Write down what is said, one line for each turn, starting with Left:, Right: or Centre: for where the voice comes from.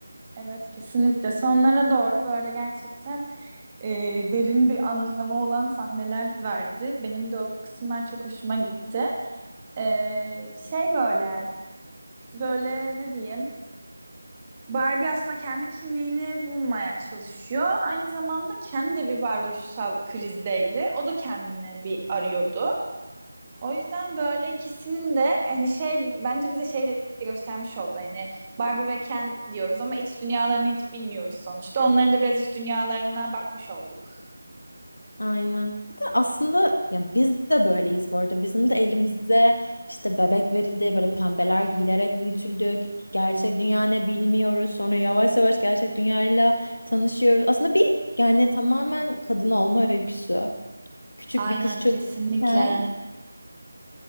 Right: Evet kesinlikle. Sonlara doğru böyle gerçekten e, derin bir anlamı olan sahneler verdi. Benim de o kısımlar çok hoşuma gitti. E, şey böyle böyle ne diyeyim? Barbie aslında kendi kimliğini bulmaya çalışıyor. Aynı zamanda kendi de bir varoluşsal krizdeydi. O da kendini bir arıyordu. O yüzden böyle ikisinin de e, bir şey bence bize şey de göstermiş oldu. Yani Barbie ve Ken diyoruz ama iç dünyalarını hiç bilmiyoruz sonuçta. Onların da biraz iç dünyalarına bakmış olduk.
Left: Aynen. Bir de aslında yani biz de böyleyiz bu arada. Bizim de elimize işte bebek verildi, böyle pembeler giyilerek büyütüldük. Gerçek dünya ne bilmiyoruz. Sonra yavaş yavaş gerçek dünyayla tanışıyoruz. Aslında bir yani tamamen kadın olma öyküsü. Küçük
Right: Aynen
Left: bir kız çocukken
Right: kesinlikle.